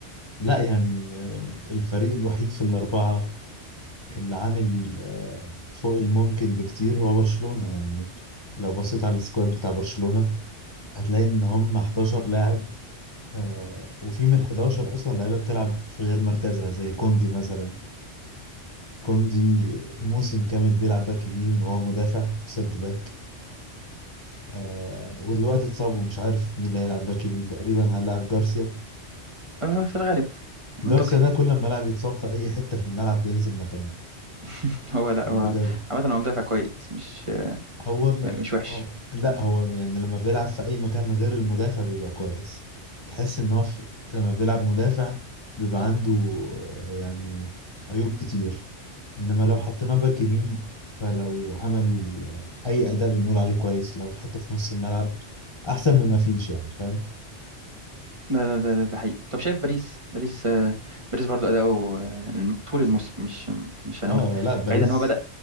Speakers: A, on the left; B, on the right.
A: لا يعني آه، الفريق الوحيد في الأربعة اللي عامل آه، فوق الممكن بكتير هو برشلونة يعني لو بصيت على السكواد بتاع برشلونة هتلاقي ان هم 11 لاعب آه، وفي من ال 11 اصلا لعيبه بتلعب في غير مركزها زي كوندي مثلا كوندي موسم كامل بيلعب باك يمين وهو مدافع سيرد باك آه، ودلوقتي اتصاب ومش عارف مين اللي هيلعب باك يمين تقريبا هنلعب جارسيا
B: آه في الغالب
A: جارسيا
B: منطقي
A: ده كل ما لاعب يتصاب في اي حته في الملعب بينزل مكانه
B: <laughs> هو لا
A: بجد
B: هو عامة هو مدافع كويس مش آه،
A: هو م...
B: مش وحش
A: هو لا هو يعني لما بيلعب في اي مكان غير المدافع بيبقى كويس تحس ان هو في... لما بيلعب مدافع بيبقى عنده آه، يعني عيوب كتير انما لو حطيناه باك يمين فلو عمل اي اداء بنقول عليه كويس لو اتحط في نص الملعب احسن مما فيش يعني فاهم
B: ده, ده, ده, ده حقيقي طب شايف باريس باريس آه، باريس برضو أداؤه آه، طول الموسم مش مش
A: اه
B: هنقول
A: لا باريس
B: بعيد ان هو بدأ